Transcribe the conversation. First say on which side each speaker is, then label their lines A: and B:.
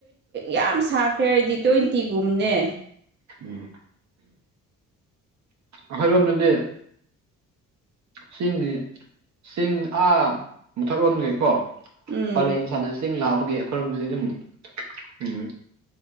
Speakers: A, on the right (about 35°); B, on the right (about 65°).
A: ꯌꯥꯝ ꯁꯥꯈ꯭ꯔꯦ ꯑꯩꯗꯤ ꯇ꯭ꯋꯦꯟꯇꯤꯒꯨꯝꯅꯦ
B: ꯎꯝ ꯑꫭꯏꯔꯝꯗ꯭ꯔꯗꯤ ꯆꯤꯡꯗꯤ ꯆꯤꯡ ꯑꯥ ꯃꯥꯊꯛ ꯔꯣꯝꯗꯒꯤꯀꯣ
A: ꯎꯝ
B: ꯄꯔꯦꯡ ꯁꯥꯟꯅꯁꯤꯡ ꯂꯥꯛꯄꯒꯤ ꯑꯩꯈꯣꯏꯝꯗꯤ ꯑꯗꯨꯝ ꯎꯝ